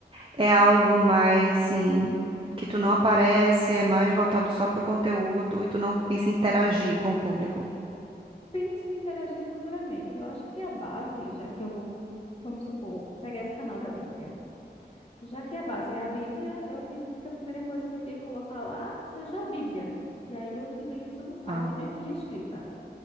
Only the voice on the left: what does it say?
Penso em interagir futuramente. Eu acho que a base, já que eu vou, vamos supor, pegar esse canal da Bíblia. Já que a base é a Bíblia, eu acredito que a primeira coisa que eu tenho que colocar lá seja a Bíblia. E aí eu utilizo áudio
e escrita,